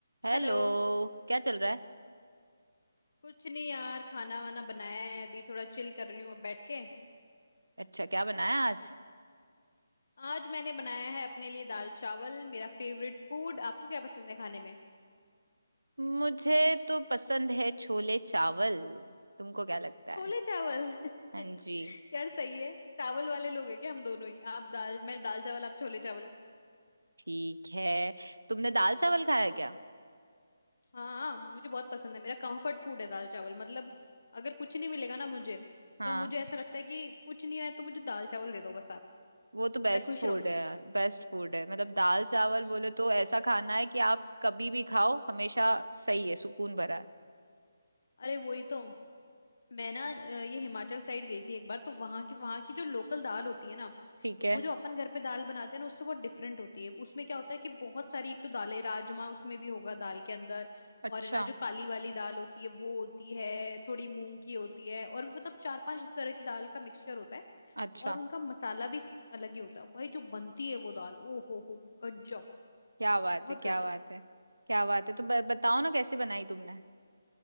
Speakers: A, on the right; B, on the left.
A: हेलो
B: हेलो
A: क्या चल रहा है
B: कुछ नहीं यार खाना वाना बनाया है अभी थोड़ा चिल कर रही हूँ अब बैठ के
A: अच्छा क्या बनाया आज
B: आज मैंने बनाया है अपने लिए दाल चावल मेरा फेवरेट फूड आपको क्या पसंद है खाने में
A: मुझे तो पसंद है छोले चावल तुमको क्या लगता
B: छोले
A: है
B: चावल
A: हाँ
B: <laughs>
A: जी
B: यार सही है चावल वाले लोग हैं क्या हम दोनों ही आप दाल मैं दाल चावल आप छोले चावल
A: ठीक है तुमने दाल चावल खाया क्या
B: हाँ मुझे बहुत पसंद है मेरा कंफर्ट फूड है दाल चावल मतलब अगर कुछ नहीं मिलेगा ना मुझे
A: हाँ
B: तो मुझे ऐसा लगता है कि कुछ नहीं है तो मुझे दाल चावल दे दो बस आप
A: वो तो बेस्ट
B: मैं खुश
A: फूड
B: रहूंगी
A: है यार बेस्ट फूड है मतलब दाल चावल
B: हम्म
A: बोले तो ऐसा खाना है कि आप कभी भी खाओ हमेशा सही है सुकून भरा है
B: अरे वही तो मैं ना अ, ये हिमाचल साइड गई थी एक बार तो वहां की वहां की जो लोकल दाल होती है ना
A: ठीक है
B: वो जो अपन घर पे दाल बनाते हैं ना उससे बहुत डिफरेंट होती है उसमें क्या होता है कि बहुत सारी एक तो दालें राजमा उसमें भी होगा दाल के अंदर
A: अच्छा
B: और है ना जो काली वाली दाल होती है वो होती है थोड़ी मूंग की होती है और भी मतलब चार पांच तरह की दाल का मिक्सचर होता है
A: अच्छा
B: और उनका मसाला भी अलग ही होता है भाई जो बनती है वो दाल ओ हो हो गजब
A: क्या बात
B: बहुत
A: है क्या
B: गजब
A: बात है क्या बात है तो ब- बताओ ना कैसे बनाई तुमने